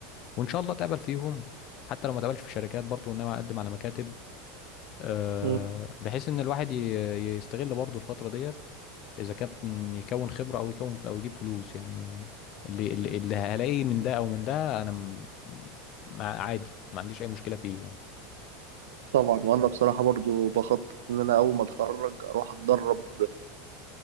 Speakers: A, on the left; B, on the right.
A: وان شاء الله اتقبل فيهم حتى لو ما اتقبلش في شركات برضه ان انا اقدم على مكاتب آه،
B: مم.
A: بحيث ان الواحد ي- يستغل برضه الفترة ديت اذا كان يكون خبرة او يكون او يجيب فلوس يعني اللي اللي, اللي هلاقيه من ده او من ده انا م- مع عادي ما عنديش اي مشكلة فيه يعني
B: طبعا وانا بصراحه برضو بخطط ان انا اول ما اتخرج اروح اتدرب